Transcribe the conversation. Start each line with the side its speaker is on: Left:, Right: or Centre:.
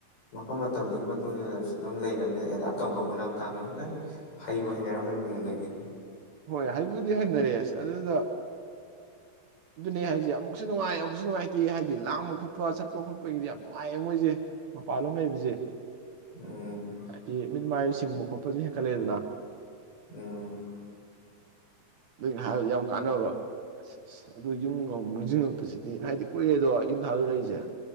Left: ꯃꯐꯝ ꯃꯇꯝꯗꯨꯒꯤ ꯃꯇꯨꯡ ꯏꯟꯅ ꯑꯗꯨꯝ ꯂꯩꯔꯕꯅꯤꯅ ꯑꯦꯗꯥꯞ ꯇꯧꯅꯕ ꯍꯣꯠꯅꯕ ꯇꯥꯅꯤ ꯈꯤ ꯅꯪ ꯍꯩꯕ ꯍꯩꯅꯔꯝꯕꯅꯤꯗ ꯅꯪꯗꯤ
Right: ꯍꯣꯏ ꯍꯥꯏꯕꯨꯗꯤ ꯍꯩꯅꯔꯦ ꯑꯁ ꯑꯗꯨꯗ ꯑꯗꯨꯅꯦ ꯍꯥꯏꯁꯦ ꯑꯃꯨꯛꯁꯨ ꯅꯨꯡꯉꯥꯏ ꯑꯃꯨꯛꯁꯨ ꯅꯨꯡꯉꯥꯏꯇꯦ ꯍꯥꯏꯗꯤ ꯂꯥꯡꯕ ꯈꯣꯠꯄ ꯆꯠꯄ ꯈꯣꯠꯄꯒꯤꯗꯤ ꯌꯥꯝ ꯅꯨꯡꯉꯥꯏꯌꯦ ꯃꯣꯏꯁꯦ ꯃꯄꯥꯟꯂꯣꯝ ꯂꯩꯕꯁꯦ
Left: ꯎꯝ
Right: ꯍꯥꯏꯗꯤ ꯃꯤꯠꯃꯥꯏꯁꯤꯡꯕ ꯈꯣꯠꯄ ꯄꯖꯦ ꯍꯦꯡꯥꯟꯀꯠꯂꯦꯗꯅ
Left: ꯎꯝ
Right: ꯑꯗꯨꯩꯅ ꯍꯥꯏꯕꯗ ꯌꯥꯝ ꯀꯥꯟꯅꯕ ꯑꯁ ꯑꯁ ꯑꯗꯨ ꯌꯨꯝꯒ ꯃꯨꯁꯤꯁꯤꯡꯉꯛꯄꯁꯤꯗꯤ ꯍꯥꯏꯗꯤ ꯀꯨꯏꯔꯦꯗꯣ ꯌꯨꯝ ꯊꯥꯗꯨꯔꯛꯏꯁꯦ